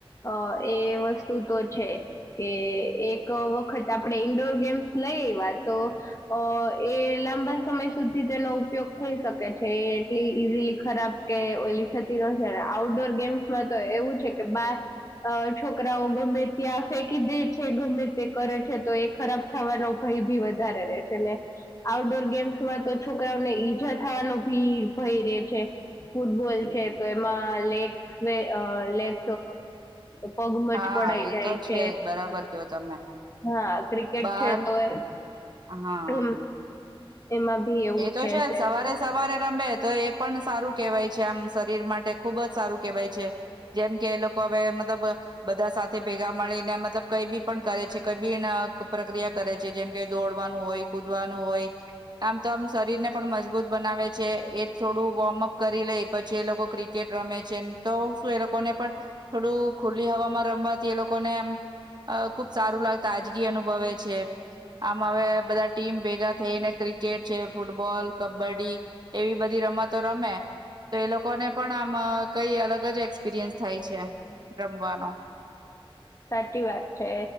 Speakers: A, on the left (about 35°); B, on the right (about 45°).
A: અ એ વસ્તુ તો છે કે એક વખત આપણે ઈન્ડોર ગેમ્સ લઈ એવા તો અ એ લાંબા સમય સુધી તેનો ઉપયોગ થઈ શકે છે એ એટલી ઈઝીલી ખરાબ કે ઓલી થતી ન જણા આઉટડોર ગેમ્સમાં તો એવું છે કે બા છોકરાઓ ગમે ત્યાં ફેકી દે છે ગમે તે કરે છે તો એ ખરાબ થવાનો ભય ભી વધારે રે છે ને આઉટડોર ગેમ્સમાં તો છોકરાઓને ઈજા થવાનો ભી ભય રે છે ફૂટબોલ છે તો એમાં મા લેગ અ લેગ પગ મજકોળાઈ
B: હા એ
A: જાય
B: તો
A: છે
B: જ બરાબર કયો તમે
A: હા ક્રિકેટ
B: બાર
A: છે તો એ
B: હા
A: એમ એમાં બી એવું
B: એ તો છે જ
A: સે
B: સવારે સવારે રમે તો એ પણ સારું કેહેવાય છે આમ શરીર માટે ખુબ જ સારું કેહેવાય છે જેમ કે એ લોકો હવે મતલબ બધા સાથે ભેગા મળીને મતલબ કઈ બી પણ કરે છે કઈ બી પ્રક્રિયા કરે છે જેમ કે દોડવાનું હોય કુદવાનું હોય આમ તો આમ શરીર ને પણ મજબૂત બનાવે છે એ થોડું વોર્મઅપ કરી લઈ પછી એ લોકો ક્રિકેટ રમે છે તો શું એ લોકોને પણ થોડું ખુલ્લી હવામાં રમવાથી એ લોકોને એમ ખુબ સારું લાગ તાજગી અનુભવે છે આમ હવે બધા ટીમ ભેગા થઈને ક્રિ ક્રિકેટ છે ફૂટબોલ કબડ્ડી એવી બધી રમતો રમે તો એ લોકોને પણ આમ કઈ અલગ જ એક્સપિરિયન્સ થાય છે રમવાનો
A: સાચી વાત છે